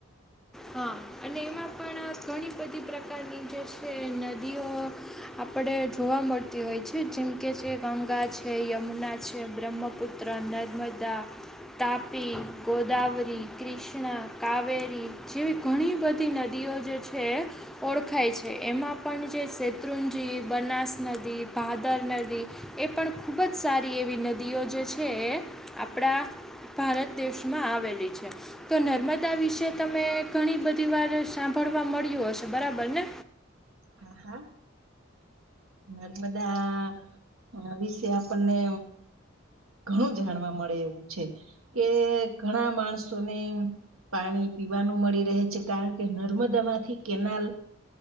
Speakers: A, in the centre; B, on the right.
A: હા અને એમાં પણ ઘણી બધી પ્રકારની જે છે નદીઓમાં આપણે જોવા મળતી હોય છે જેમકે જે કે ગંગા છે યમુના છે બ્રહ્મપુત્ર ત્રણ નર્મદા. તાપી ગોદાવરી કૃષ્ણા કાવેરી જેવી ઘણી બધી નદીઓ જે છે. ઓળખાય છે એમાં પણ જે શેત્રુંજી બનાસ નદી ભાદર નદી એ પણ ખૂબ જ સારી એવી નદીઓ જે છે એ આપણા ભારત દેશમાં આવેલી છે તો નર્મદા વિશે તમે ઘણી બધી વાર સાંભળવા મળ્યું હશે બરાબર ને
B: હા હા. નર્મદા અ વિશે આપણને ઘણું જાણવા મળે એવું છે કે ઘણા માણસોને પાણી પીવાનું મળી રહે છે કારણ કે નર્મદામાંથી કેનાલ